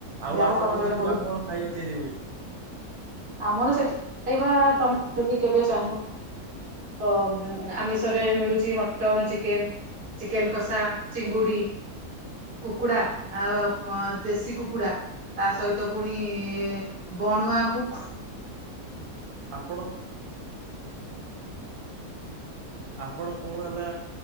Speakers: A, on the right; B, on the right.
A: ଆଉ
B: ଯାହା
A: ଆପଣଙ୍କ
B: ହଉ ତମେ ଜଣେ
A: ସେଠି
B: ବହୁତ
A: ଆଉ କଣ ଖାଇବା ତିଆରି ହୁଏ?
B: ଆମର ସେଠି ପାଇବା ତମେ ଯଦି କେବେ ଚାହିଁବ ଅଁ ଆମିଷରେ ମିଳୁଚି ମଟନ୍ ଚିକେନ୍ ଚିକେନ୍ କଷା ଚିଙ୍ଗୁଡ଼ି। କୁକୁଡ଼ା ଆ ଦେଶୀ କୁକୁଡ଼ା ତାସହିତ ପୁଣି ବଣୁଆ ଙ୍କୁ
A: ଆପଣ ଆପଣ କଣ ହେଲା